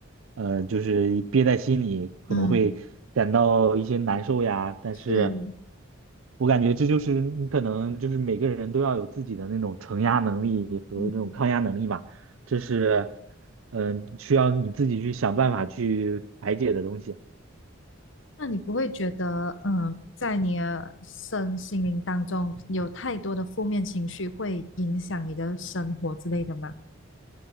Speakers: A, on the right (about 85°); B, on the left (about 65°).
A: 呃，就是憋在心里，可能会感到一些难受呀。
B: 嗯，
A: 但是，
B: 是，
A: 我感觉这就是你可能就是每个人都要有自己的那种承压能力和那种抗压能力吧，
B: 嗯，
A: 这是，嗯、需要你自己去想办法去排解的东西。
B: 那你不会觉得，嗯，在你的身心灵当中有太多的负面情绪会影响你的生活之类的吗？